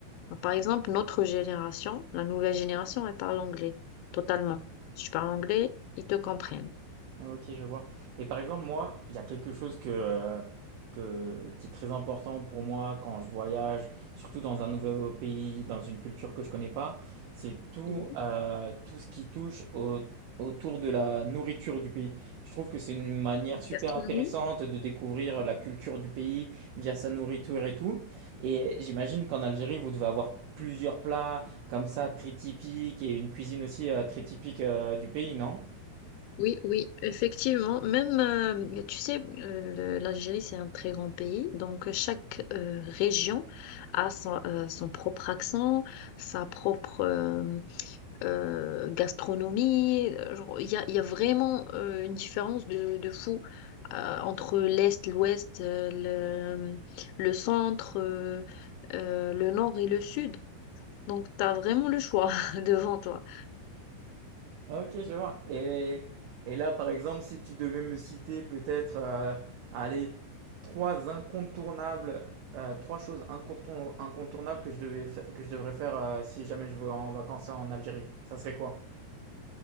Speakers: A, on the left (about 80°); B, on the right (about 75°).
A: Par exemple, notre génération, la nouvelle génération, elle parle anglais totalement. Si tu parles anglais, ils te comprennent.
B: Ok, je vois. Et par exemple, moi, il y a quelque chose que, euh, que, qui est très important pour moi quand je voyage, surtout dans un nouveau pays, dans une culture que je connais pas, c'est tout,
A: Mhm.
B: euh, tout ce qui touche au- autour de la nourriture du pays. Je trouve que c'est une manière super
A: Gastronomie?
B: intéressante de découvrir la culture du pays via sa nourriture et tout. Et j'imagine qu'en Algérie, vous devez avoir plusieurs plats comme ça, très typiques, et une cuisine aussi euh, très typique euh, du pays, non?
A: Oui, oui, effectivement. Même, euh, tu sais, euh, le- l'Algérie, c'est un très grand pays. Donc, chaque euh, région a son, euh, son propre accent, sa propre, euh, euh, gastronomie. euh, genre, Il y a, il y a vraiment euh, une différence de, de fou euh, entre l'Est, l'Ouest, euh, le, le centre, euh, euh, le Nord et le Sud. Donc, tu as vraiment le choix <laughs> devant toi.
B: Ah, Ok, je vois. Et, et là, par exemple, si tu devais me citer peut-être, euh, allez, trois incontournables, euh, trois choses incontour- incontournables que je devais fa- que je devrais faire euh, si jamais je vais en vacances en Algérie, ça serait quoi?